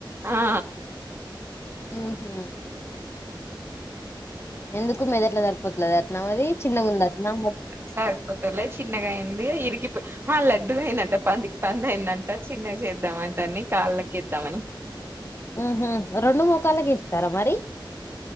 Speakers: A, on the right; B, on the left.
A: ఆ
B: ఉహు ఎందుకు మేధాట్ల సరిపోతలేదు అట్నా మరి చిన్నగుంది అట్నా మో
A: సరిపోతలేదు చిన్నగా అయ్యింది ఇరుకిపోయ్ ఆ లడ్డూగయిందంట పందికి పంది అయిందంట చిన్నగ చేద్దాం అంతాన్ని కాళ్ళ కెద్దామని
B: ఊహు రెండు మోకాలకి ఇస్తారా మరి